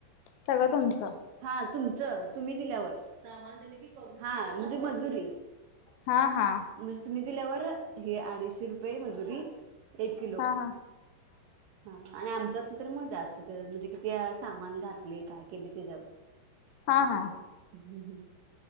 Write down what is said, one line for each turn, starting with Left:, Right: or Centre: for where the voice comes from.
Left: सगळं तुमचं
Right: हा तुम चं, तुम्ही दिल्यावर. हा म्हणजे मजुरी.
Left: हा हा.
Right: म्हणजे तुम्ही दिल्यावर, हे अडीचशे रुपये मजुरी एक किलो
Left: हा हा
Right: हा आणि आम तसं तर म जास्त दर. म्हणजे किती वेळा सामान घातले, काय केले त्याच्यावर.
Left: हा हा
Right: हम्मम्